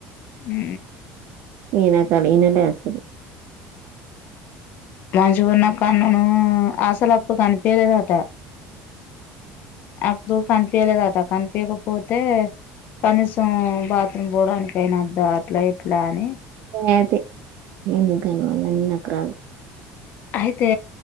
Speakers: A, on the left; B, on the right.
A: హు
B: ఇదాకా అడిగాన లే అసలు
A: రాజుగున్న కన్నను అసలు అప్పుడు కనిపయలేదుట అప్పుడు కనిపయలేదట కనిపయకపోతే కనీసం బాత్రూమ్ పోడానికైనా వద్ద అట్లా ఇట్లా అని
B: ఏ తీయి ఎందుకు గాని వాళ్ళు అన్ని నకరాలు
A: అయితే